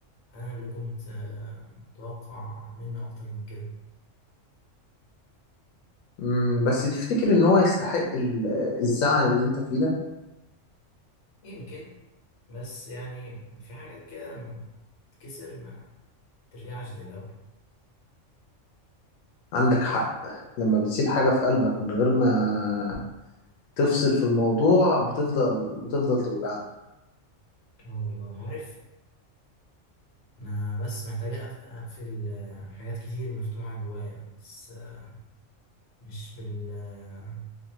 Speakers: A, on the left (about 65°); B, on the left (about 90°).
A: انا اللي كنت آه، متوقع منه اكتر من كده
B: مم، بس تفتكر ان هو يستحق ال- الزعل اللي انت فيه ده
A: يمكن بس يعني في حاجات كده لما بتتكسر ما ترجعش زي الاول
B: عندك حق لما بتسيب حاجة في قلبك من غير ما تفصل في الموضوع بتفضل بتفضل توجعك
A: اه والله عارف انا بس محتاج أقف- اقفل آه، حاجات كتير مفتوحة جوايا بس آه، مش بال آه،